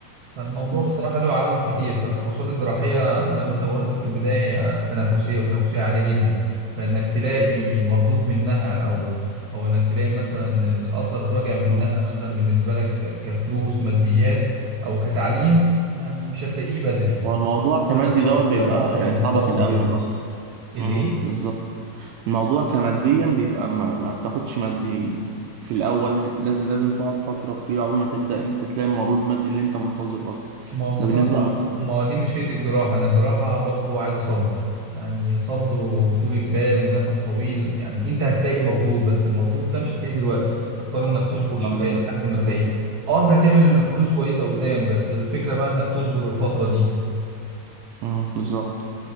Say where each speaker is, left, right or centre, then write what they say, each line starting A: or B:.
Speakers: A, on the right; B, on the right.
A: الموضوع
B: مم.
A: بصراحة له عوامل كتير فالتخصصات الجراحية زي ما انت ما قلت في البداية هي تنافسية وتنافسية عالية جدا فإنك تلاقي مردود منها أو أو إنك تلاقي مثلا الأثر الراجع منها
B: مم.
A: مثلا بالنسبة لك ك- كفلوس ماديات أو كتعليم يعني مش هتلاقيه بدري
B: هو الموضوع
A: طبعا
B: كمادي
A: إنك تقعد
B: دوت بيبقى
A: فترة
B: يعني
A: محترمة
B: صعب في الاول
A: كده
B: اصلا
A: الإيه؟
B: مم. بالظبط الموضوع كماديا بيبقى ما, ما بتاخدش مادي في الاول لازم لازم تقعد فترة طويلة عقبال ما تبدأ ان انت تلاقي المردود المادي اللي انت منتظره اصلا
A: ما هو المنطقة
B: ده بالنسبة
A: ما
B: للمصري
A: ما هو دي مشكلة الجراحة أنا الجراحة برضو عايزة صبر يعني صبر وطولة بال ونفس طويل يعني أنت هتلاقي مردود بس المردود ده مش هتلاقيه دلوقتي هتضطر إنك تصبر شوية
B: اه لازم
A: لحد ما
B: لازم
A: تلاقيه
B: فترة
A: أه أنت هتعمل فلوس كويسة قدام بس الفكرة بقى إنك تصبر الفترة دي
B: امم بالظبط